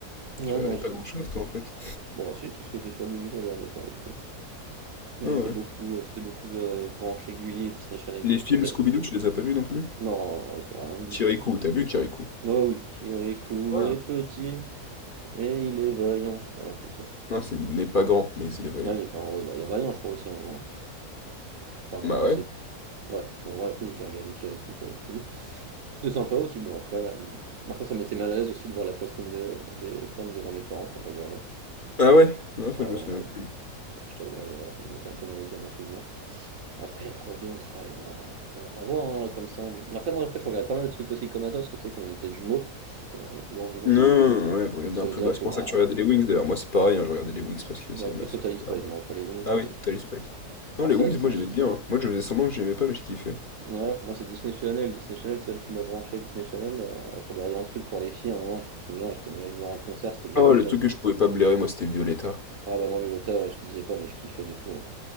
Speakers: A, on the right; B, on the left.
A: Ouais,
B: tu regardais
A: non, je-
B: pas grand-chose toi en fait.
A: Bon, si, tout ce qui était sur Gulli, je regardais pour le coup. J'étais
B: Ah ouais.
A: beaucoup, euh, j'étais beaucoup euh, branché Gulli et Disney Channel,
B: Les
A: moi.
B: films
A: Peut-être.
B: Scooby-Doo, tu les as pas vus non plus?
A: Non, euh, j'ai rien vu du
B: Kirikou,
A: tout de ce coup
B: t'as vu Kirikou?
A: Oh oui, Kirikou
B: Voilà.
A: est petit et il est vaillant. Voilà, comme ça.
B: Non, c'est n'est pas grand, mais il est vaillant.
A: Ah, il est pas en vrai. Bah, il y a Vaillant, je crois aussi à un moment. Enfin, bref,
B: Bah
A: je
B: ouais.
A: sais plus. Ouais, bon, bref, oui, j'ai regardé Kirikou pour le coup. C'était sympa aussi. Bon, après, euh, après ça m'était mal à l'aise aussi de voir la poitrine des, des femmes devant mes parents quand je regardais.
B: Ah ouais? Non,
A: Ouais,
B: ça je
A: ouais,
B: me souviens
A: un peu.
B: plus.
A: Moi, je t'avoue, je- ça me mettait un peu mal à l'aise dans mon souvenir. Après, il y a quoi d'autre? hein, Il y en a, il doit y en avoir hein, là, comme ça. Après, moi, en fait, je regardais pas mal de trucs aussi comme ça, parce que tu sais, comme on était jumeaux, comme on est toujours jumeaux,
B: Non, ouais, vous regardez
A: donc ça
B: un peu,
A: veut dire
B: bah c'est
A: que
B: pour
A: bah,
B: ça que tu regardais les Wings d'ailleurs, moi c'est pareil, hein, je regardais les Wings parce que
A: bah
B: c'est
A: plus
B: ma soeur
A: Total
B: qui regardait.
A: Spies, moi, pas les Wings,
B: Ah oui,
A: mais
B: Tally Spice. Non,
A: pour
B: les
A: ça,
B: Wings,
A: Disney
B: moi j'aimais
A: Channel.
B: bien, hein. Moi je faisais semblant que j'aimais pas, mais je kiffais.
A: Ouais, moi, c'est Disney Channel. Disney Channel, c'est celle qui m'a branché. Disney Channel, euh, je regardais un truc pour les filles à un moment, je me souviens, j'étais même allé le voir en concert, c'était Violetta.
B: Oh, le truc que je pouvais pas blairer, moi, c'était Violetta.
A: Ah bah, moi, Violetta, je disais pas, mais je kiffais de fou. hein.